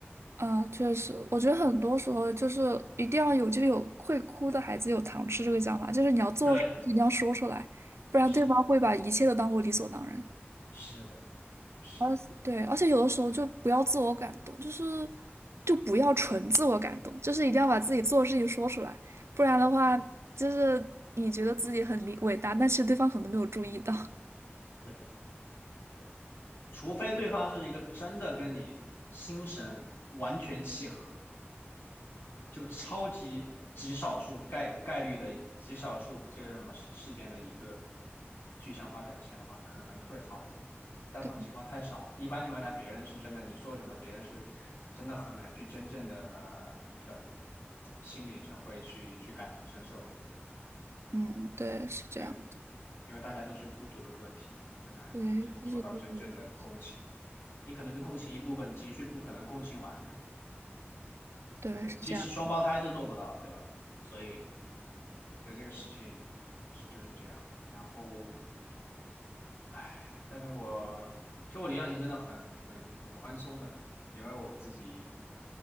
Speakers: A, on the right; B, on the left.
A: 嗯，确实，我觉得很多时候就是一定要有，就是有会哭的孩子有糖吃这个讲法，就是你要做，
B: 对，
A: 你要说出来，不然对方会把一切都当做理所当然。
B: 是的，是的，是的，
A: 而对，而且有的时候就不要自我感动，就是就不要纯自我感动，就是一定要把自己做的事情说出来，不然的话，就是你觉得自己很理伟大，但是对方可能没有注意到。
B: 是的，对，除非对方是一个真的跟你心神完全契合，就超级极少数概概率的极少数这个叫什么事事件的一个具象化表现的话，可能会好一点。但这种情况太少了，
A: 对，
B: 一般情况下，别人是真的，你说什么，别人是真的很难去真正的呃叫什么心理上会去去感同身受的，
A: 嗯，对，是这样的，
B: 对，因为大家都是孤独的个体嘛，很难真做到真正的共情。
A: 对，都是孤独的个体
B: 你可能共情一部分，你情绪不可能共情完的，
A: 对，
B: 对，
A: 是这样。
B: 即使双胞胎都做不到，对吧？所以。对这个事情，对，是就是这样。然后，唉，但是我其实我离岸型真的很很很宽松的，因为我自己